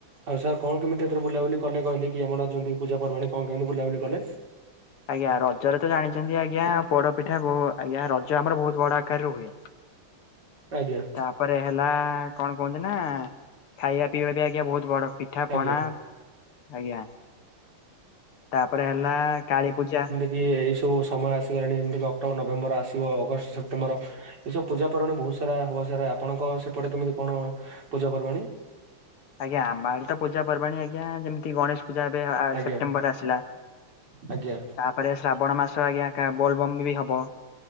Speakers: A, on the right; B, on the left.
A: ଆଉ ସାର୍ କଣ କେମିତି ଏଥର ବୁଲାବୁଲି କଲେ କହିଲେ କି ଆମର ଯେମତି ପୂଜା ପର୍ବାଣି କଣ କେମିତି ବୁଲାବୁଲି କଲେ?
B: ଆଜ୍ଞା ରଜରେ ତ ଜାଣିଛନ୍ତି ଆଜ୍ଞା ପୋଡପିଠା ବହୁ ଆଜ୍ଞା ରଜ ଆମର ବହୁତ୍ ବଡ ଆକାରରେ ହୁଏ।
A: ଆଜ୍ଞା।
B: ତାପରେ ହେଲା କଣ କୁହନ୍ତି ନା ଖାଇବା ପିଇବା ବି ଆଜ୍ଞା ବହୁତ୍ ବଡ। ପିଠାପଣା
A: ଆଜ୍ଞା
B: ଆଜ୍ଞା। ତାପରେ ହେଲା କାଳୀ ପୂଜା।
A: କି ଏଇସବୁ ସମୟ ଆସିଗଲାଣି ଯେମିତିକି ଅକ୍ଟୋବର ନଭେମ୍ବର ଆସିବ ଅଗଷ୍ଟ ସେପ୍ଟେମ୍ବର। ଏସବୁ ପୂଜା ପର୍ବାଣୀ ବହୁତ୍ ସାରା ହବ ସାରେ ଆପଣଙ୍କ ସେପଟେ କେମିତି କଣ ପୂଜା ପର୍ବାଣୀ?
B: ଆଜ୍ଞା ଆମଆଡେ ତ ପୂଜାପର୍ବାଣୀ ଆଜ୍ଞା ଯେମତି ଗଣେଶ। ପୂଜା ଏବେ ଆ
A: ଆଜ୍ଞା
B: ସେପ୍ଟେମ୍ବରରେ ଆସିଲା
A: ଆଜ୍ଞା
B: ତା ପରେ ଶ୍ରାବଣ ମାସ ଆଜ୍ଞା କାହା ବୋଲବମ୍ ବି ହବ।